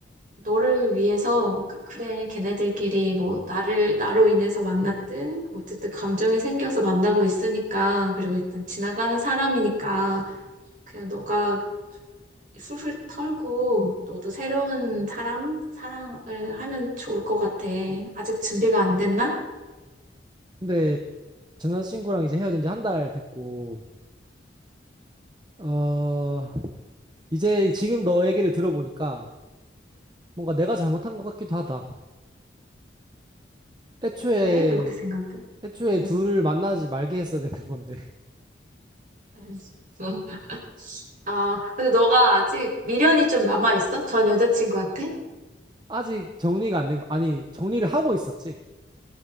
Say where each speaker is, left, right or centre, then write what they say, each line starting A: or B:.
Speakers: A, on the right; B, on the right.
A: 너를 위해서 그러니까 그래 걔네들끼리 뭐 나를 나로 인해서 만났든 어쨌든 감정이 생겨서 만나고 있으니까 그리고 일단 지나가는 사람이니까 그냥 너가 훌훌 털고 너도 새로운 사람 사랑을 하면 좋을 것 같아. 아직 준비가 안 됐나?
B: 근데 전 여자친구랑 이제 헤어진 지 한 달 됐고, 어, 이제 지금 너 얘기를 들어보니까 뭔가 내가 잘못한 것 같기도 하다. 애초에,
A: 왜 그렇게 생각해?
B: 애초에
A: 응.
B: 둘을 만나지 말게 했어야 되는 건데. <laughs>
A: 알겠어. <laughs> 아, 근데 너가 아직 미련이 좀 남아있어? 전 여자친구한테?
B: 아직 정리가 안 된 거, 아니, 정리를 하고 있었지.